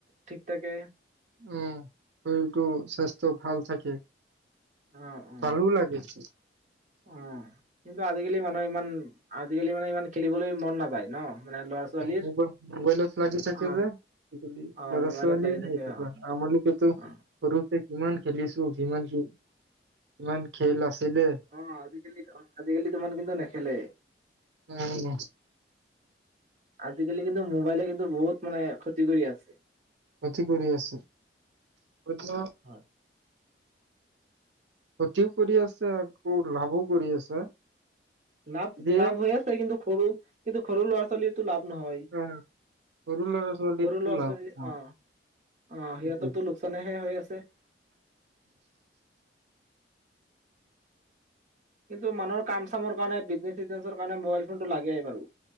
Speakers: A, on the right; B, on the right.
A: ঠিক থাকে।
B: উম শৰীৰটো স্বাস্থ্য ভাল থাকে,
A: অ অ
B: ভালো লাগে।
A: অ। কিন্তু আজিকালি ইমান আজিকালি মানে ইমান খেলিবলৈ মন নাযায়। ন মানে ল'ৰা ছোৱালীৰ।
B: মবাই মোবাইলত লাগি থাকে
A: অ
B: যে
A: অ
B: ল'ৰা
A: মোবাইলত
B: ছোৱালী
A: লাগি থাকে
B: স
A: অ
B: আমালোকেতো
A: অ
B: সৰুতে কিমান খেলিছো কিমান, কিমান খেল আছিলে।
A: অ আজিকালি অ আজিকালি তুমান কিন্তু নেখেলে।
B: উম।
A: আজিকালি কিন্তু মোবাইলে কিন্তু বহুত মানে ক্ষতি কৰি আছে।
B: ক্ষতি কৰি আছে <unintelligible> ক্ষতিও
A: হয়
B: কৰি আছে আকৌ লাভো কৰি আছে।
A: লাভ
B: যিয়ে
A: লাভ হৈ আছে কিন্তু সৰু, কিন্তু সৰু ল'ৰা ছোৱালীৰ লাভ নহয়।
B: আহ, সৰু ল'ৰা ছোৱালীকো
A: সৰু ল'ৰা
B: লাভ
A: ছোৱালী,
B: হোৱা
A: অ', অ',
B: সেইটোৱে
A: সিহঁতৰো লোকচানেহে হৈ আছে। কিন্তু মানুহৰ কাম চামৰ কাৰণে বিজনেচ চজনেচৰ কাৰণে মোবাইল ফোনটো লাগেই বাৰু।